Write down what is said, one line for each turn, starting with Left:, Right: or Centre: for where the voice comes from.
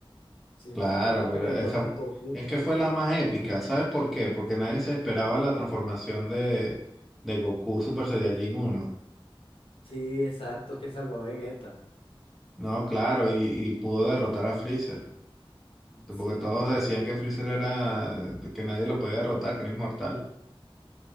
Left: Siempre
Centre: Claro,
Left: se anda peleando
Centre: pero esa
Left: con Goku.
Centre: es que fue la más épica. ¿Sabes por qué? Porque nadie se esperaba la transformación de, de Goku Super Saiyajin uno,
Left: Sí, exacto, que salvó a Vegeta.
Centre: No, claro, y, y pudo derrotar a Freezer. Porque
Left: Sí,
Centre: todos
Left: sí,
Centre: decían que Freezer era, que nadie lo podía derrotar, que era inmortal.